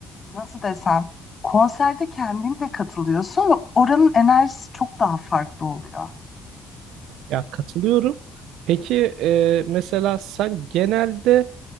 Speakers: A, on the left; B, on the right.
A: nasıl desem konserde kendin de katılıyorsun ve oranın enerjisi çok daha farklı oluyor.
B: Ya katılıyorum. Peki e, mesela sen genelde